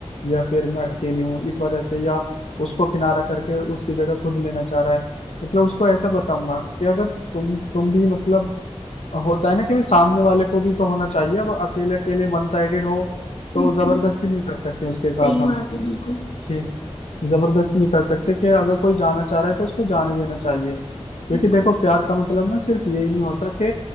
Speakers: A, on the left; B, on the left.
A: या फिर मैं अकेली हूँ इस वजह से या उसको किनारा करके उसकी जगह खुद लेना चाह रहा है मतलब उसको ऐसा बताऊंगा कि अगर तुम तुम भी मतलब होता है ना कि भाई सामने वाले को भी तो होना चाहिए अब अकेले अकेले वन साइडेड हो तो
B: हम्म,
A: जबरदस्ती
B: हम्म,
A: नहीं कर सकते उसके साथ
B: सही
A: हम
B: बात है बिल्कुल
A: ठीक जबरदस्ती नहीं कर सकते कि अगर कोई जाना चाह रहा है तो उसको जाने देना चाहिए क्योंकि
B: बिल्कुल
A: देखो प्यार का मतलब ना सिर्फ यही नहीं होता कि